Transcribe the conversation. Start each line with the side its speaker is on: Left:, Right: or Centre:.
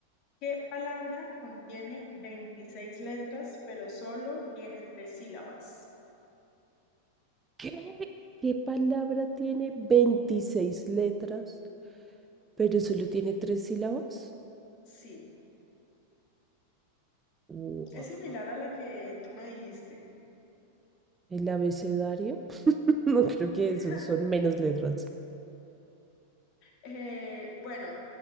Left: ¿Qué palabra contiene 26 letras, pero solo tiene tres sílabas?
Right: ¿Qué? ¿Qué palabra tiene 26 letras, pero solo tiene tres sílabas?
Left: Sí,
Right: Guau,
Left: es similar a la que tú me dijiste.
Right: ¿El abecedario? <laughs> No creo que
Left: <laughs>
Right: esos son menos letras.
Left: Eh, bueno,